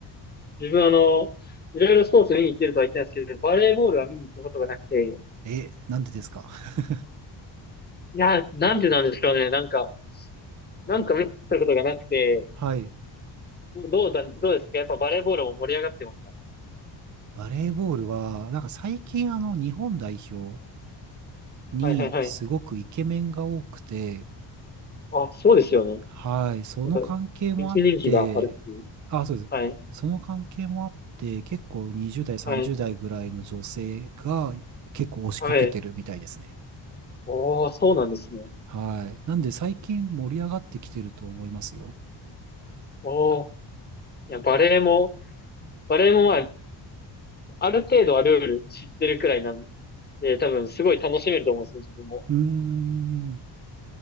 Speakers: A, on the left; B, on the right.
A: 自分あの、いろいろスポーツ見に行ってるとは言ったんですけど、バレーボールは見に行ったことがなくて、
B: え、なんでですか <laughs>
A: いや、なんでなんでしょうね。なんか、なんか見に行ったことがなくて、
B: はい。
A: どうだ、どうですかやっぱバレーボールも盛り上がってますか
B: バレーボールは、なんか最近あの、日本代表にすごくイケメンが多くて、
A: はいはいはい。あ、そうですよね。
B: はい、その関係もあって、
A: なんか、一人気があるっていう。
B: あ、そうです。
A: はい。
B: その関係もあって、結構20代、30代ぐらいの女性が結構押しかけてるみたいですね。
A: はい。はい。おー、そうなんですね。
B: はい。なんで最近盛り上がってきてると思いますよ。
A: おー。いや、バレーもバレエもまあ、ある程度はルール知ってるくらいなんで、多分すごい楽しめると思うんですよ、自分も。
B: うーん。